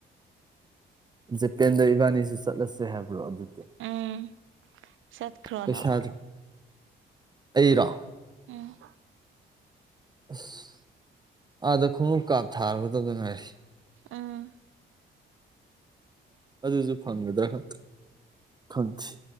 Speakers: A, on the right; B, on the right.
A: ꯖꯄꯦꯟꯗ ꯏꯕꯥꯅꯤꯁꯨ ꯆꯠꯂꯁꯦ ꯍꯥꯏꯕ꯭ꯔꯣ ꯑꯗꯨ
B: ꯎꯝ ꯆꯠꯈ꯭ꯔꯣ
A: ꯄꯩꯁꯥꯗ
B: ꯅꯪ
A: ꯑꯩꯔꯣ
B: ꯎꯝ
A: ꯑꯁ ꯑꯥꯗ ꯈꯣꯡꯎꯞ ꯀꯥꯞ ꯊꯥꯔꯨꯒꯗꯕꯗ ꯉꯥꯏꯔꯤ
B: ꯑꯥ
A: ꯑꯗꯨꯁꯨ ꯐꯪꯒꯗ꯭ꯔꯥ ꯈꯪꯗꯦ